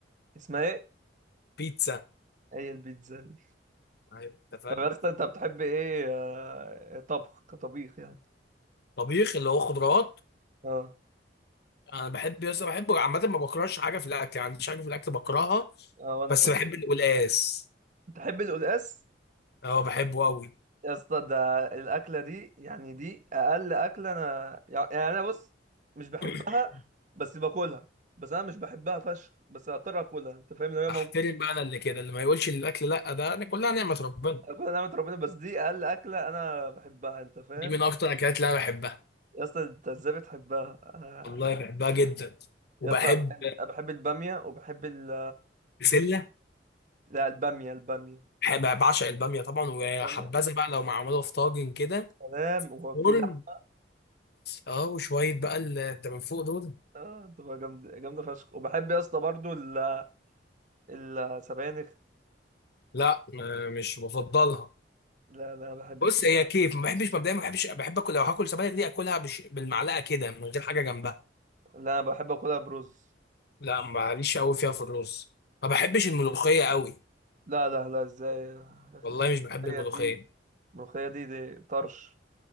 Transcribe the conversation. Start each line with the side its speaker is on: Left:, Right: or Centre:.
Right: اسمها ايه
Left: بيتزا
Right: هي البيتزا دي
Left: ايوه انت فاهم
Right: طب يا اسطى انت بتحب ايه اه، طبخ كطبيخ يعني
Left: طبيخ اللي هو خضروات
Right: اه
Left: انا بحب يس بحبه عامه ما بكرهش حاجه في الاكل يعني ما عنديش حاجه في الاكل بكرهها
Right: اه وانا
Left: بس
Right: كمان
Left: بحب القلقاس
Right: بتحب القلقاس
Left: اه بحبه قوي
Right: يا اسطى ده الاكله دي يعني دي اقل اكله انا يعني انا بص مش بحبها
Left: <clears throat>
Right: بس باكلها بس انا مش بحبها فشخ بس اضطر اكلها انت فاهم لو هي موجوده
Left: احترم بقى انا اللي كده اللي ما يقولش للاكل لا ده انا كلها نعمه ربنا
Right: اكلها نعمه ربنا بس دي اقل اكله انا بحبها انت فاهم
Left: دي من اكتر الاكلات اللي انا بحبها
Right: يا اسطى انت ازاي بتحبها انا
Left: والله بحبها جدا وبحب
Right: يا اسطى انا بحب أنا بحب الباميه وبحب ال
Left: بسله
Right: لا الباميه الباميه
Left: بحب بعشق الباميه طبعا وحبذا
Right: الباميه
Left: بقى لو معموله في طاجن كده
Right: سلام وفي
Left: فرن
Right: لحمه
Left: اه وشويه بقى اللي من فوق دول
Right: آه، بتبقى جامده جامده فشخ وبحب يا اسطى برضو ال- السبانخ
Left: لا م- مش بفضلها
Right: لا لا بحب
Left: بص هي كيف ما بحبش مبدئيا ما بحبش بحب اكل لو هاكل سبانخ دي اكلها بش... بالمعلقه كده من غير حاجه جنبها
Right: لا انا بحب اكلها برز
Left: لا ماليش قوي فيها في الرز ما بحبش الملوخيه قوي
Right: لا لا لا ازاي يا اخي
Left: والله مش بحب
Right: الملوخية
Left: الملوخيه
Right: دي الملوخية دي دي طرش